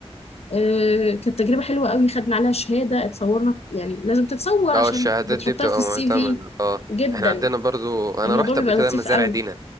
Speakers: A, on the left; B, on the right.
A: آه كانت تجربة حلوة قوي خدنا عليها شهادة اتصورنا يعني لازم تتصور عشان
B: اه الشهادات
A: بتحطها
B: دي بتبقى
A: في السي
B: معتمدة
A: في
B: اه
A: جدا
B: احنا عندنا برضو انا
A: الموضوع
B: رحت
A: بيبقى
B: قبل كده
A: لطيف
B: مزارع
A: قوي
B: دينا